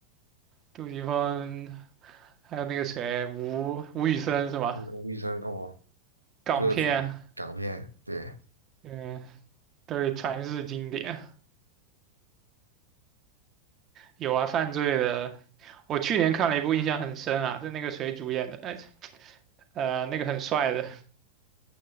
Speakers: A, on the right; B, on the right.
A: 杜琪峰还有那个谁，吴吴宇森是吧？
B: 嗯吴宇森哦，
A: 港片，
B: 鸽子港片，对，
A: 嗯，都是传世经典。有啊，犯罪的，我去年看了一部，印象很深啊，是那个谁主演的来着呃，那个很帅的，